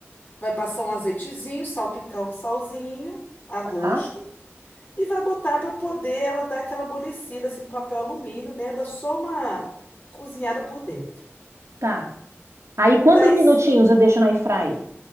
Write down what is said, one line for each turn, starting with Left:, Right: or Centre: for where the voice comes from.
Left: vai passar um azeitezinho, salpicar um salzinho a gosto.
Right: tá,
Left: E vai botar para poder ela dar aquela amolecida assim no papel alumínio, né? Dá só uma cozinhada por dentro.
Right: tá. Aí quantos
Left: Daí,
Right: minutinhos
Left: s-
Right: eu deixo na airfry?